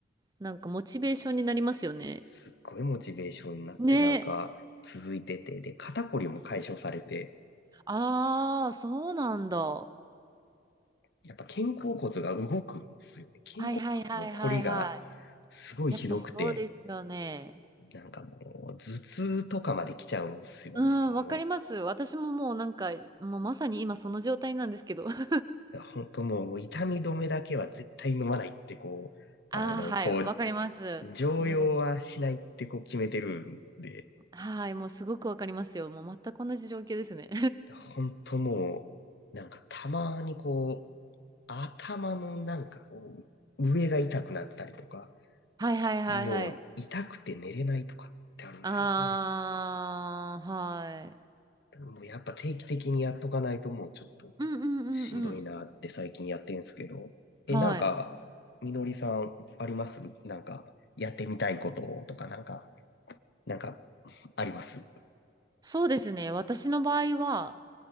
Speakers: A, on the right (about 20°); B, on the left (about 60°).
A: なんかモチベーションになりますよね。
B: すっごいモチベーションになって、
A: ね。
B: なんか続いてて、で、肩こりも解消されて、
A: ああ、そうなんだ。は
B: やっぱ肩甲骨が動くんですよね。肩甲骨のこりが
A: いはいはいはいは
B: すごいひどくて、
A: い。やっぱそうですよね。
B: なんかもう頭痛とかまで来ちゃうんですよね。
A: うん、
B: もう
A: わかります。私ももうなんか、もうまさに今その状態なんですけど。<laughs>
B: だから本当もう痛み止めだけは絶対飲まないってこう、
A: ああ、
B: あの、
A: はい、
B: こう、
A: わかります。
B: 常用はしないってこう決めてるんで、
A: もうはい、もうすごくわかりますよ。もう全く同じ状況ですね。
B: だから本当もう、なんかたまにこう、頭のなんかこう、上が痛くなったりとか、
A: <laughs> はいはいはいはい。
B: もう痛くて寝れないとかってあるんですよね。
A: あー、はい。
B: だからもうやっぱ定期的にやっとかないともうちょっと
A: うんうんうんうん。
B: しんどいなって最近やってんすけど、え、
A: はい。
B: なんか、みのりさんありますなんか、やってみたいこととかなんかなんか、あります。
A: そうですね。私の場合は、